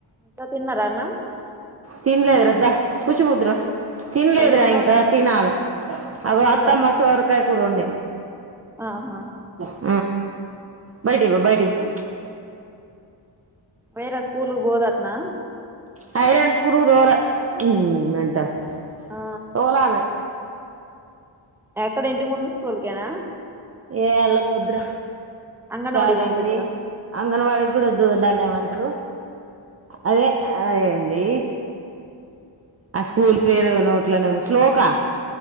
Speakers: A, in the centre; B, on the right.
A: ఇంకా తిన్నారా అన్నం
B: తిన్లే ఇరద్దా కుష్ ఉధరు తినలేదురా
A: ఏం కూర
B: ఇంకా
A: వండినా
B: తినాల అదో
A: ఏం కూర
B: అత్తమ్మ సోరకాయ కూర వండింది
A: ఆహా
B: ఉ బయటివ్వు బయటివ్వు
A: వేరే స్కూలుకు పోదాట్నా
B: హైరాన్స్ స్కూళ్లకు తొల ఉ మెంటల్
A: ఆ
B: తోలాలే
A: ఎక్కడ ఇంటి ముందు స్కూల్కేనా
B: ఏ అళ్ళకు వద్దురా
A: అంగన్వాడికి
B: సా అది
A: పంపితారా
B: ఏంది. అంగన్వాడీకి కూడా వద్దు దాన్ని ఏమంటారు. అదే అదేంది. ఆ స్కూల్ పేరు నోట్లోనే ఉంది. శ్లోకా